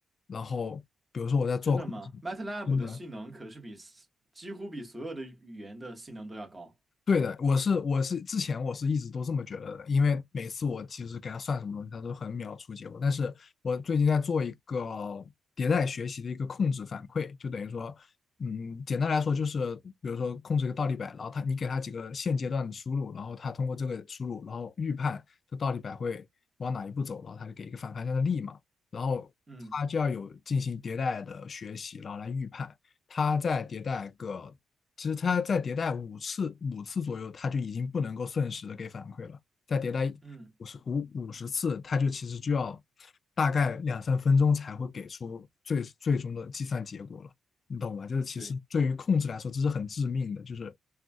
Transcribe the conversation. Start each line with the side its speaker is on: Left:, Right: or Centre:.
Left: 然后比如说我在做控制，
Right: 真的吗？MATLAB
Left: 真的
Right: 的性能可是比几乎比所有的语言的性能都要高。
Left: 对的，我是我是之前我是一直都这么觉得的，因为每次我其实给他算什么东西，他都很秒出结果。但是我最近在做一个迭代学习的一个控制反馈，就等于说，嗯，简单来说就是，比如说控制一个倒立摆，然后他你给他几个现阶段的输入，然后他通过这个输入，然后预判这倒立摆会往哪一步走，然后他就给一个反方向的力嘛，然后他就要有进行迭代的学习，
Right: 嗯
Left: 然后来预判。它再迭代个，其实它再迭代五次五次左右，它就已经不能够瞬时的给反馈了。再迭代五十五五十次，
Right: 嗯，
Left: 它就其实就要大概两三分钟才会给出最最终的计算结果了，你懂吧？就是其实对于控制来说，
Right: 对。
Left: 这是很致命的，就是